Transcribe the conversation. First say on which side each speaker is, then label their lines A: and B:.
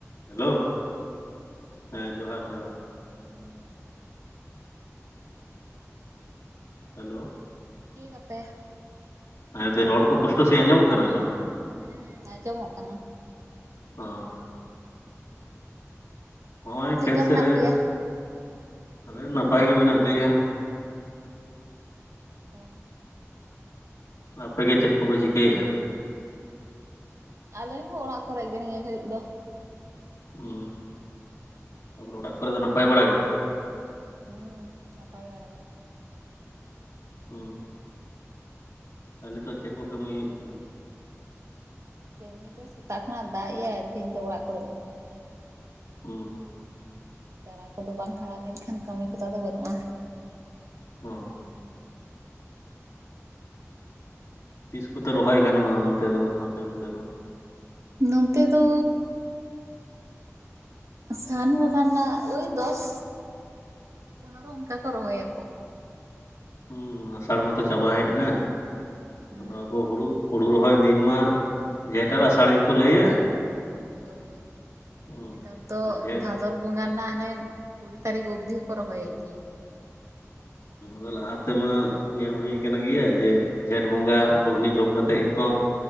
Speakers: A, on the left; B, on the right.
A: Hello ᱦᱮᱸ ᱡᱚᱦᱟᱨ ᱡᱚᱦᱟᱨ
B: ᱦᱩᱸ
A: ᱦᱮᱞᱳ
B: ᱥᱤᱭ ᱫᱟᱯᱮ
A: ᱦᱮᱸ ᱨᱚᱲ ᱠᱚ ᱯᱳᱥᱴᱚ ᱥᱟᱫᱤᱡ ᱟᱸᱡᱚᱢᱚᱜ ᱠᱟᱱᱟ ᱛᱚ
B: ᱦᱮᱸ ᱟᱸᱡᱚᱢᱚᱜ ᱠᱟᱱᱟ
A: ᱦᱸ ᱱᱚᱜᱼᱚᱭ
B: ᱪᱮᱫᱠᱟ
A: ᱠᱷᱮᱛ ᱥᱮᱫ
B: ᱢᱮᱱᱟᱜ
A: ᱨᱮ
B: ᱯᱮᱭᱟ
A: ᱟᱞᱮ ᱱᱟᱯᱟᱭ ᱜᱮ ᱢᱮᱱᱟᱜ ᱞᱮᱭᱟ
B: ᱚ
A: ᱟᱯᱮᱜᱮ ᱪᱮᱫ ᱠᱚᱯᱮ ᱪᱤᱠᱟᱹᱭᱮᱫᱼᱟ
B: ᱟᱞᱮ ᱦᱚᱸ ᱚᱲᱟᱜ ᱠᱚᱨᱮ ᱜᱮ ᱱᱤᱭᱟ ᱜᱷᱟᱹᱲᱤᱡ ᱫᱚ
A: ᱦᱸ ᱛᱟᱯᱚᱨᱮ ᱚᱲᱟᱜ ᱠᱚᱨᱮ ᱫᱚ ᱱᱟᱯᱟᱭ ᱵᱟᱲᱟ ᱜᱮᱛᱚ
B: ᱦᱮᱸ ᱱᱟᱯᱟᱭ ᱵᱟᱲᱟ ᱜᱮ
A: ᱦᱩᱸ ᱟᱨ ᱱᱤᱛᱚᱜ ᱪᱮᱫ ᱠᱚ ᱠᱟᱹᱢᱤ ᱦᱩᱭᱩᱜ ᱠᱟᱱᱟ
B: ᱠᱟᱹᱢᱤ ᱫᱚ ᱥᱮᱛᱟᱜ ᱠᱷᱚᱱᱟᱜ ᱫᱟᱜ ᱮᱟᱭᱟᱭ ᱛᱮᱦᱮᱱ ᱫᱚ ᱚᱲᱟᱜ ᱠᱚᱨᱮ ᱜᱮ ᱢᱮᱱᱟᱜ ᱞᱮᱭᱟ
A: ᱦᱩᱸ
B: ᱪᱟᱨᱟ ᱠᱚᱫᱚ ᱵᱟᱝ ᱦᱟᱨᱟ ᱞᱮᱱᱠᱷᱟᱱ ᱠᱟᱹᱢᱤ ᱠᱚᱫᱚ ᱟᱫᱚ ᱵᱟᱹᱱᱩᱜᱼᱟ
A: ᱦᱩᱸ ᱛᱤᱥ ᱠᱚᱛᱮ ᱨᱚᱦᱚᱭ ᱜᱟᱱᱚᱜᱼᱟ ᱚᱱᱛᱮ ᱫᱚ ᱟᱯᱮ ᱚᱱᱛᱮ ᱫᱚ
B: ᱱᱚᱱᱛᱮ ᱫᱚ ᱥᱟᱱ ᱵᱚᱸᱜᱟ ᱨᱮᱱᱟᱜ ᱳᱭ ᱫᱚᱥ ᱯᱚᱱᱮᱨᱚ ᱚᱱᱠᱟ ᱠᱚ ᱨᱚᱦᱚᱭᱟᱠᱚ
A: ᱦᱩᱸ ᱟᱥᱟᱲ ᱢᱟᱛᱚ ᱪᱟᱵᱟ ᱦᱮᱡ ᱮᱱᱟ
B: ᱦᱩᱸ
A: ᱟᱫᱚ ᱟᱵᱚ ᱦᱩᱲᱩ ᱦᱩᱲᱩ ᱨᱚᱦᱚᱭ ᱫᱤᱱ ᱢᱟ ᱡᱷᱮᱴ ᱟᱨ ᱟᱥᱟᱲ ᱜᱮᱠᱚ ᱞᱟᱹᱭᱟ
B: ᱦᱳᱭ
A: ᱦᱩᱸ
B: ᱱᱮᱛᱟᱨ ᱫᱚ
A: ᱡᱷᱮᱸᱴ
B: ᱵᱷᱟ ᱵᱷᱟᱫᱚᱨ ᱵᱚᱸᱜᱟ ᱨᱮᱱᱟᱜ ᱦᱟᱱᱮ ᱠᱩᱲᱤ ᱛᱟᱹᱨᱤᱠᱷ ᱚᱵᱽᱫᱤ ᱦᱚᱠᱚ ᱨᱚᱦᱚᱭᱮᱫ ᱜᱮᱭᱟ
A: ᱦᱮᱸ ᱞᱟᱦᱟ ᱛᱮᱢᱟ ᱧᱮᱞ ᱦᱩᱭᱩ ᱠᱟᱱ ᱜᱮᱭᱟ ᱡᱮ ᱡᱷᱮᱸᱴ ᱵᱚᱸᱜᱟ ᱨᱩᱦᱱᱤ ᱡᱚᱢ ᱠᱟᱛᱮ ᱮᱫ ᱜᱮᱠᱚ